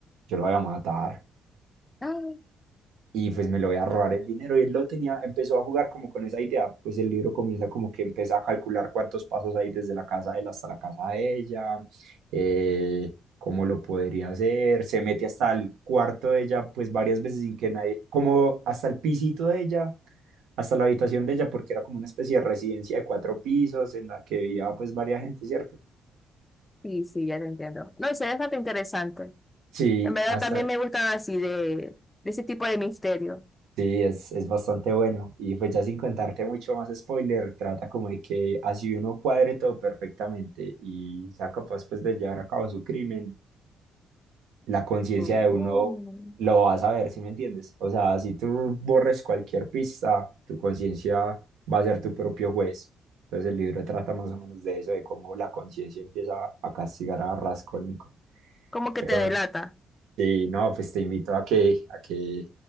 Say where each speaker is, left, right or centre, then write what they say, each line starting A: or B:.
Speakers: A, on the right; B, on the left.
A: yo la voy a matar
B: Ay,
A: y pues me lo voy a robar el dinero. Y él lo tenía, empezó a jugar como con esa idea, pues el libro comienza como que empieza a calcular cuántos pasos hay desde la casa de él hasta la casa de ella, eh, cómo lo podría hacer, se mete hasta el cuarto de ella, pues varias veces sin que nadie, como hasta el pisito de ella, hasta la habitación de ella, porque era como una especie de residencia de cuatro pisos en la que vivía pues varias gente, ¿cierto?
B: sí, sí, ya te entiendo. No, eso es bastante interesante.
A: Sí,
B: En verdad
A: hasta,
B: también me gustan así de, de ese tipo de misterio.
A: Sí, es, es bastante bueno. Y pues ya sin contarte mucho más spoiler, trata como de que así uno cuadre todo perfectamente y sea capaz pues de llevar a cabo su crimen, la conciencia
B: Oh.
A: de uno lo va a saber, ¿si me entiendes? O sea, si tú borres cualquier pista, tu conciencia va a ser tu propio juez. Entonces el libro trata más o menos de eso, de cómo la conciencia empieza a castigar a Raskolnikov.
B: Como que
A: Pero
B: te delata.
A: Sí, no, pues te invito a que, a que,